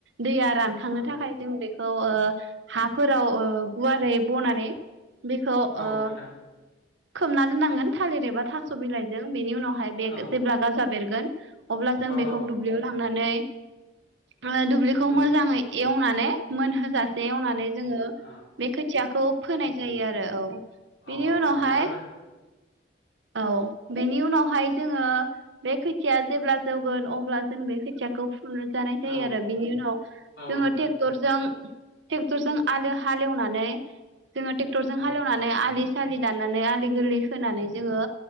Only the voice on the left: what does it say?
औ
औ
नोंथां
औ
औ
औ
औ
औ
औ
औ
बेफोरबो
औ
औ
नोंथां
औ